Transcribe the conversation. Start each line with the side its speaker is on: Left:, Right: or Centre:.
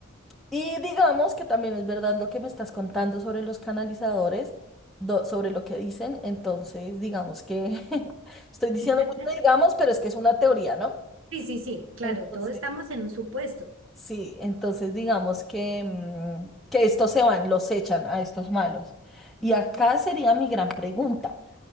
Centre: Y digamos que también es verdad lo que me estás contando sobre los canalizadores, do- sobre lo que dicen. Entonces, digamos que <laughs> estoy diciendo
Right: <laughs>
Centre: mucho, digamos, pero es que es una teoría, ¿no?
Right: sí, sí, sí, claro,
Centre: Entonces,
Right: todos estamos en un supuesto.
Centre: Sí, entonces digamos que, mm, que estos se van, los echan a estos malos. Y acá sería mi gran pregunta.